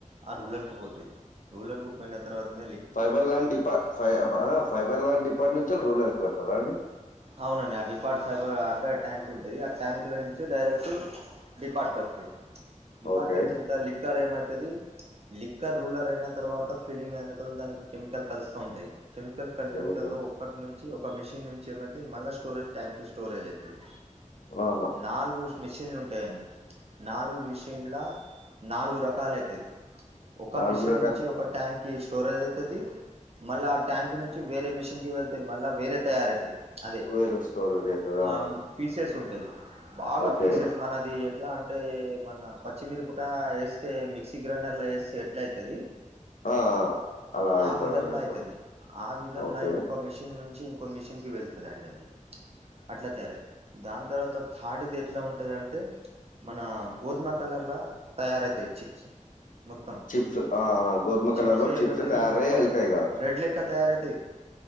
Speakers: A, on the right; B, on the left.
A: ఆ రూలర్ కు పోతయ్ రూలర్ కు పోయిన తర్వాతనే
B: ఫైబర్ లండ్ డిపా ఫైబర్ లండ్ డిపార్ట్ నుంచి రూల్ర్లకి వెళ్తాదా అండి.
A: అవునండి ఆ డిపార్ట్ ఫైబర్ అక్కడ ట్యాంక్ ఉంటది ఆ ట్యాంక్ల నుంచి డైరెటు డిపార్ట్ కొత్తయ్, డిపార్ట్
B: ఓకే
A: కొచ్చిన్ తల్ లిక్కర్ ఏమైతది. లిక్కర్ రూలర్ అయిన తర్వాత, ఫీలింగ్ అయిన తర్వాత దానికి కెమికల్ కలుస్త ఉంటయ్, కెమికల్ కలిపిన
B: కెమికల్
A: తర్వాత ఒకటి నుంచి ఒక మిషిన్ నుంచి ఏమైతై మళ్ళా స్టోరేజ్ ట్యాంక్ స్టోరేజ్ అయితాయ్.
B: ఆహా
A: నాలుగు మిషన్లు ఉంటాయన్ నాలుగు విషిన్లా. నాలుగు రకాల అయితది, ఒక
B: నాలుగు
A: మిషన్
B: రకాల
A: నుంచి ఒక ట్యాంకి స్టోరేజ్ అయితది. మళ్ళా ఆ ట్యాంకు నుంచి వేరే మిషన్కి వెళ్తాయ్, మళ్ళా వేరే తయారైతాయ్. అదే
B: వేరే స్టోరేజ్ అవుతుందా
A: ఆమ్ పీసెస్ ఉంటది. బాగా
B: ఓకే
A: పీసెస్ మనది ఎట్లా అంటే మన పచ్చిమిరపకాయ ఏస్తే మిక్సీ గ్రైండర్లా ఏస్తే ఎట్లా అయితది.
B: ఆ, ఆ, అలా అవుతుంది
A: ఆ విధంలా
B: అన్నట్టు
A: అయితది. ఆ విధంలో
B: ఓకే
A: అయి ఒక మిషిన్ నుంచి ఓ మిషన్ కి వెళ్తుదండి అది అట్లా తయారయ్ దాన్ తర్వాత తార్దుది ఎట్లా ఉంటది అంటే మన గోధుమ కలర్లా తయారైతాయ్ చిప్స్ మొత్తం
B: చిప్స్ గోధుమ కలర్
A: చిప్స్
B: లో
A: ఏమితది
B: తయారై
A: మొత్తం
B: వెళ్తాయి కావచ్చు
A: బ్లడ్ లేక్క తయారైతాయ్.